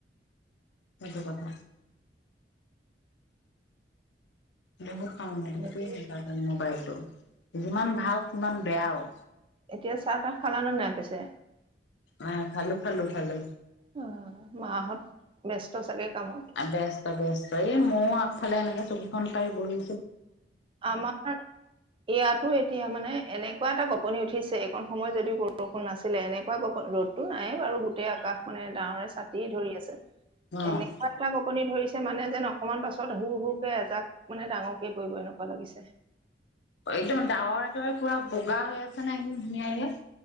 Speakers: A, on the left; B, on the right.
A: সেইটো কথা। বহুত খাওঁ <unintelligible>
B: হেৰি,
A: মোবাইলটো যিমান ভাল সিমান বেয়াওঁ।
B: এতিয়া চাহ-তাহ খালানে নাই পিছে?
A: অহ, খালো -খালো -খালো।
B: অহ, মাহত ব্যস্ত চাগে কামত
A: অহ, ব্যস্ত বেচ এই মইও আগফালে এনেকে চকীখন পাই বহি
B: আমাৰ ইয়াতো এতিয়া মানে এনে এনেকুৱা এটা গপনি উঠিছে এইকণ সময়ত যদি বৰষুণ নাছিলে এনেকুৱা গপন ৰ'দতটো নায়েই বাৰু গোটেই আকাশ খনে ডাৱৰে চাতি ধৰি আছে
A: অ
B: এনেকুৱা এটা গকনি ধৰি মানে যেন অকণমান পাছত সৰু -সৰুকে এজাক মানে ডাঙৰকে পৰিবই হেনো। লাগিছে।
A: একদম ডাঙৰ দৰে পুৰা। উগা হয়।